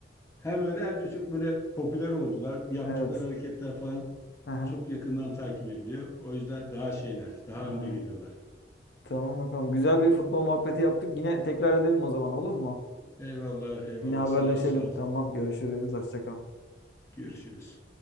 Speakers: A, on the left (about 15°); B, on the left (about 60°).
A: hem öyle hem de çok böyle popüler oldular. Yaptıkları
B: Evet.
A: hareketler falan
B: Aha.
A: çok yakından takip ediliyor. O yüzden daha şeyler, daha
B: Aynen.
A: önde geliyorlar.
B: Tamam bakalım. Güzel bir futbol muhabbeti yaptık. Yine tekrar edelim o zaman olur mu?
A: Eyvallah, eyvallah.
B: Yine haberleşelim.
A: Sağ ol, sağ ol.
B: Tamam. Görüşürüz. Hoşça kal.
A: Görüşürüz.